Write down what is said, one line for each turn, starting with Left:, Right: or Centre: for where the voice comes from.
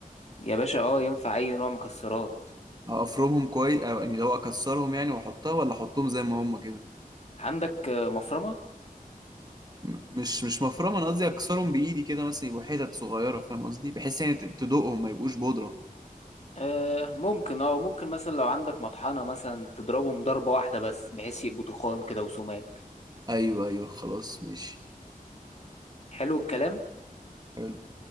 Left: يا باشا اه ينفع اي نوع مكسرات
Right: افرمهم كويس أو يعني لو اكسرهم يعني واحطها ولا احطهم زي ما هم كده
Left: عندك آه، مفرمة
Right: م- مش مش مفرمه انا قصدي اكسرهم بايدي كده مثلا يبقوا حتت صغيره فاهم قصدي بحيث يعني ت- تدوقهم ما يبقوش بودره
Left: آه ممكن اه وممكن مثلا لو عندك مطحنة مثلا تضربهم ضربة واحدة بس بحيث يبقوا تخان كده وسماك
Right: ايوه ايوه خلاص ماشي
Left: حلو الكلام
Right: حلو